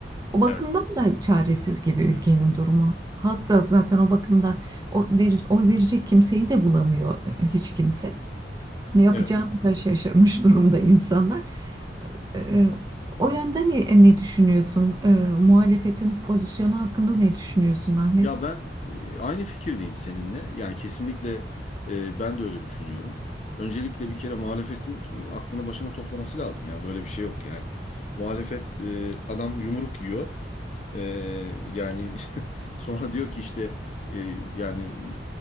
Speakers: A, on the right (about 20°); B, on the left (about 40°).
A: O bakımdan
B: evet.
A: da çaresiz gibi ülkenin durumu. Halk da zaten o bakımdan o veri- oy verecek kimseyi de bulamıyor e, hiç kimse. Ne yapacağını
B: Evet.
A: da şaşırmış durumda insanlar. Ee, o yönden ne, ne düşünüyorsun? Ee, muhalefetin pozisyonu hakkında ne düşünüyorsun Ahmet?
B: Ya ben e, aynı fikirdeyim seninle. Yani kesinlikle e, ben de öyle düşünüyorum. Öncelikle bir kere muhalefetin ki- aklını başına toplaması lazım ya. Böyle bir şey yok yani. Muhalefet e, adam yumruk yiyor. Ee, yani <laughs> sonra diyor ki işte e, yani